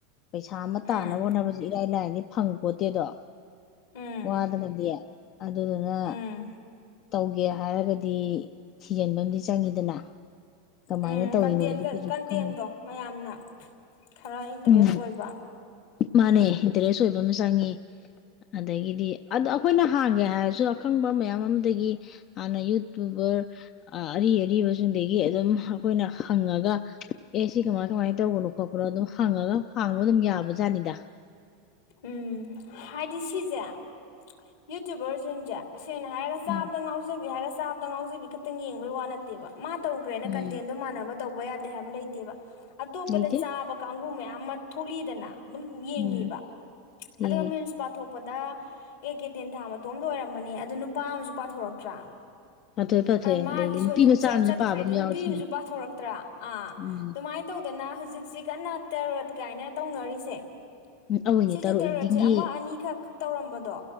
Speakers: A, on the left; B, on the left.
A: ꯄꯩꯁꯥ ꯑꯃ ꯇꯥꯟꯅꯕ
B: ꯎꯝ
A: ꯍꯣꯠꯅꯕꯁꯤ ꯏꯔꯥꯏ ꯂꯥꯏꯅꯤ ꯐꯪꯄꯣꯠꯇꯦꯗꯣ
B: ꯎꯝ
A: ꯋꯥꯗꯅꯗꯤ ꯑꯗꯨꯗꯨꯅ
B: ꯎꯝ
A: ꯇꯧꯒꯦ ꯍꯥꯏꯔꯒꯗꯤ ꯊꯤꯖꯤꯟꯕ ꯑꯃꯗꯤ ꯆꯪꯉꯤꯗꯅ ꯀꯃꯥꯏꯅ
B: ꯎꯝ
A: ꯇꯧꯔꯤꯅꯣ
B: ꯀꯟꯇꯦꯟꯒ
A: ꯀꯁꯨ
B: ꯀꯟꯇꯦꯟꯗꯣ
A: ꯈꯪꯉꯤ
B: ꯃꯌꯥꯝꯅ ꯈꯔ ꯏꯟꯇꯔꯦꯁ
A: ꯎꯝ
B: ꯑꯣꯏꯕ
A: ꯃꯥꯅꯦ ꯏꯟꯇꯔꯦꯁ ꯑꯣꯏꯕ ꯑꯃ ꯆꯪꯉꯤ ꯑꯗꯒꯤꯗꯤ ꯑꯗ ꯑꯩꯈꯣꯏꯅ ꯍꯥꯡꯒꯦ ꯍꯥꯏꯔꯁꯨ ꯑꯈꯪꯕ ꯃꯌꯥꯝ ꯑꯃꯗꯒꯤ ꯍꯥꯟꯅ ꯌꯨꯇꯨꯕꯔ ꯑꯔꯤ ꯑꯔꯤꯕꯁꯤꯡꯗꯒꯤ ꯑꯗꯨꯝ ꯑꯩꯈꯣꯏꯅ ꯍꯪꯉꯒ ꯑꯦ ꯁꯤ ꯀꯃꯥꯏ ꯀꯃꯥꯏꯅ ꯇꯧꯕꯅꯣ ꯈꯣꯠꯄꯅꯣ ꯑꯗꯨꯝ ꯍꯪꯉꯒ ꯍꯥꯡꯕ ꯑꯗꯨꯝ ꯌꯥꯕ ꯖꯥꯠꯅꯤꯗ
B: ꯎꯝ ꯍꯥꯏꯗꯤꯁꯤ ꯁꯤꯖꯦ ꯌꯨꯇꯨꯕꯔꯁꯤꯡꯖꯦ ꯇꯁꯦꯡꯅ ꯍꯥꯏꯔ ꯆꯥꯕꯗ
A: ꯎꯝ
B: ꯉꯥꯎꯖꯕꯤ ꯍꯥꯏꯔꯒ ꯆꯥꯕꯗ ꯉꯥꯎꯖꯕꯤ ꯈꯛꯇꯪ ꯌꯦꯡꯕꯩ ꯋꯥ ꯅꯠꯇꯦꯕ ꯃꯥ ꯇꯧꯈꯒ꯭ꯔꯦꯅ
A: ꯎꯝ
B: ꯀꯟꯇꯦꯟꯗꯣ ꯃꯥꯟꯅꯕ ꯇꯧꯕ ꯌꯥꯗꯦ ꯍꯥꯏꯕ ꯂꯩꯇꯦꯕ ꯑꯇꯣꯞꯄꯗ
A: ꯂꯩꯇꯦ
B: ꯆꯥꯕ ꯀꯥꯡꯒꯕꯨ ꯃꯌꯥ ꯑꯃꯅ ꯊꯣꯛꯂꯤꯗꯅ ꯑꯗꯨꯝ ꯌꯦꯡꯉꯤꯕ
A: ꯎꯝ
B: ꯑꯗꯨ
A: ꯌꯦꯡꯉꯦ
B: ꯅꯪ ꯁ꯭ꯄꯥꯊꯣ ꯄꯗ ꯑꯦ ꯀꯦ ꯇꯦꯟ ꯊꯥ ꯃꯇꯣꯝꯗ ꯑꯣꯏꯔꯝꯕꯅꯦ ꯑꯗꯨ ꯅꯨꯄꯥ ꯑꯃꯁꯨ ꯄꯥꯊꯣꯔꯛꯇ꯭ꯔꯥ
A: ꯇꯥꯊꯣꯛꯑꯦ ꯄꯥꯊꯣꯛꯑꯦ
B: ꯑꯗꯣ ꯃꯥꯒꯤꯁꯨ
A: ꯑꯗꯩꯗꯤ ꯅꯨꯄꯤ
B: ꯑꯗꯨꯝ
A: ꯃꯆꯥ
B: ꯆꯠꯈ꯭ꯔꯦ
A: ꯑꯃꯁꯨ ꯄꯥꯕ
B: ꯑꯗ
A: ꯑꯃ ꯌꯥꯎꯔꯦ
B: ꯅꯨꯄꯤꯒꯤꯁꯨ
A: ꯊꯦꯡꯅꯩ
B: ꯄꯥꯊꯣꯔꯛꯇ꯭ꯔꯥ ꯑꯥ
A: ꯎꯝ
B: ꯑꯗꯨꯃꯥꯏꯅ ꯇꯧꯗꯅ ꯍꯧꯖꯤꯛꯁꯤ ꯀꯟꯅ ꯇꯔꯣꯠ ꯀꯥꯏꯅ ꯇꯧꯅꯔꯤꯁꯦ
A: ꯑꯑꯣꯏꯅꯦ
B: ꯁꯤꯁꯦ
A: ꯇꯔꯣꯠ
B: ꯇꯦꯔꯦꯠꯁꯦ
A: ꯔꯤꯗꯤꯡꯒꯤ
B: ꯑꯃ ꯑꯅꯤꯈꯛꯛ ꯇꯧꯔꯝꯕꯗꯣ